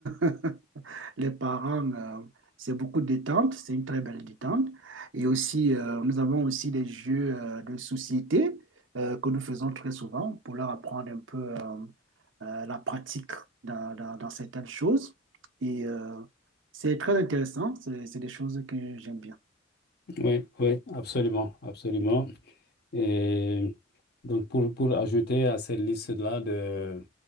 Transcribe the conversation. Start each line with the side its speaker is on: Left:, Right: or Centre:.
Right: <laughs> Les parents, euh, c'est beaucoup de détente, c'est une très belle détente. Et aussi, euh, nous avons aussi des jeux euh, de société euh, que nous faisons très souvent pour leur apprendre un peu euh, euh, la pratique dans, dans- dans certaines choses. Et euh, c'est très intéressant, c'est c'est des choses que j'aime bien.
Left: Oui, oui, absolument, absolument. Et donc, pour, pour ajouter à cette liste-là de,